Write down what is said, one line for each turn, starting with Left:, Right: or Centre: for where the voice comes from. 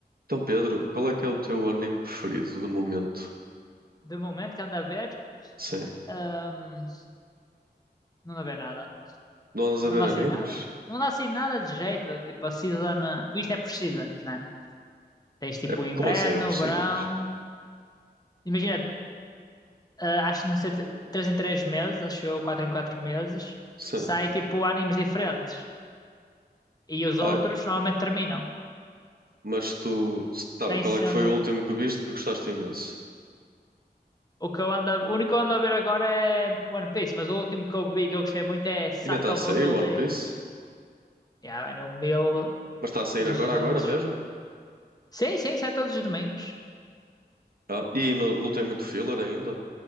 Right: Então, Pedro, qual é que é o teu anime preferido do momento?
Left: de momento que anda a ver,
Right: Sim.
Left: hum, não anda a ver nada.
Right: Não andas
Left: Não
Right: a ver
Left: anda
Right: animes?
Left: sem nada. Não anda sem nada de jeito. Tipo, a season. Porque isto é por seasons, né? Tens tipo
Right: É,
Left: o inverno,
Right: como assim é preciso?
Left: o verão.
Right: antes.
Left: Imagina, ah, acho que não sei, 3 em 3 meses, acho eu, 4 em 4 meses,
Right: Sim.
Left: sai tipo animes diferentes. E os
Right: Ah,
Left: outros normalmente terminam.
Right: mas tu. Tá
Left: Tem
Right: bem, qual
Left: sendo.
Right: é que foi o último que viste que gostaste imenso?
Left: O que eu ando, a- o único que eu ando a ver agora é One Piece, mas o último que eu vi que eu gostei muito é Sakamoto
Right: Ainda está a sair One
Left: Days.
Right: Piece?
Left: Yeah, vai no mil
Right: Mas está a sair
Left: e duzentos
Right: agora, agora mesmo?
Left: Sim, sim, sai todos os domingos.
Right: Ah, e não, não tem muito filler ainda?